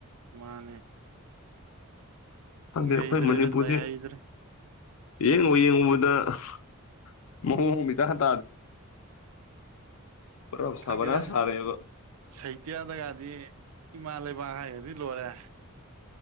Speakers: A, on the right; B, on the left.
A: ꯃꯥꯅꯦ ꯍꯤꯡꯍꯩꯗ꯭ꯔꯦꯗ
B: ꯪꯗꯦ ꯑꯩꯈꯣꯏ ꯃꯅꯤꯄꯨꯔꯁꯦ
A: ꯂꯩꯍꯩꯗ꯭ꯔꯦ
B: ꯌꯦꯡꯉꯨ ꯌꯦꯡꯉꯨꯕꯗ ꯄꯨꯔꯥ
A: ꯈꯪꯗꯦꯗ
B: ꯁꯥꯕꯅꯥꯁ ꯁꯥꯔꯦꯕ
A: ꯁꯍꯤꯇ꯭ꯌꯥ ꯒꯥꯗꯤ ꯏꯃꯥ ꯂꯩꯕ ꯍꯥꯏ ꯑꯗꯨꯗꯤ ꯂꯣꯏꯔꯦ